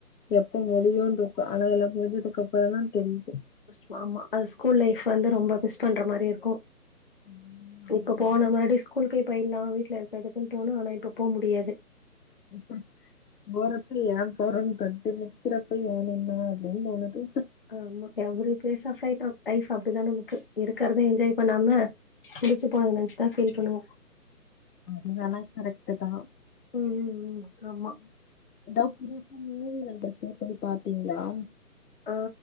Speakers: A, on the left (about 75°); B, on the left (about 40°).
A: எப்ப முடியுனு இருக்கு ஆனா எல்லா முடிஞ்சதுக்கு அப்ரோ தா தெரியுது
B: உஸ் சுவாம அது ஸ்கூல் லைஃப் வந்து ரொம்ப மிஸ் பண்ற மாரி இருக்கு
A: ம்
B: இப்ப
A: ஆமா
B: போன மாடி ஸ்கூலுக்கே போயிரலா வீட்ல இரு இப்ப எதுக்குன்னு தோணு ஆனா இப்ப போ முடியாது
A: <unintelligible> போறப்ப ஏ போறன்னு தோணுது நிக்கறப்ப ஏ நின்னோ அப்டின்னு தோணுது
B: ஆமா every phase of height life அப்டித்தா <unintelligible> இருக்கறத என்ஜாய் பண்ணாம முடிச்சு போனத நென்ச்சு தா ஃபீல் பண்ணுவோ
A: அதெல்லா கரெக்ட் தா
B: ம் ம் ம் ஆமா
A: ம் எதாவது புதுசா மூவி வந்துருக்கு போய் பாத்தீங்களா
B: ஆ